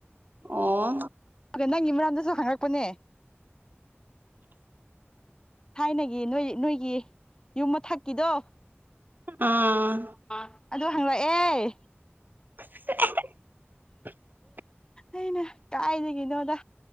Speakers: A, on the right; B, on the left.
A: ꯑꯣ
B: ꯑꯗꯨꯒ ꯅꯪꯒꯤ ꯃꯔꯔꯝꯗꯁꯨ ꯍꯪꯪꯂꯛꯄꯅꯦ ꯊꯥꯏꯅꯒꯤ ꯅꯣꯏ ꯅꯣꯏꯒꯤ ꯌꯨꯝ ꯃꯊꯛꯀꯤꯗꯣ
A: ꯑꯥ
B: ꯑ ꯑꯗꯨ ꯍꯪꯪꯂꯛꯑꯦ
A: <unintelligible>
B: ꯑꯩꯅ ꯀꯥꯏꯗꯩꯅꯣꯗ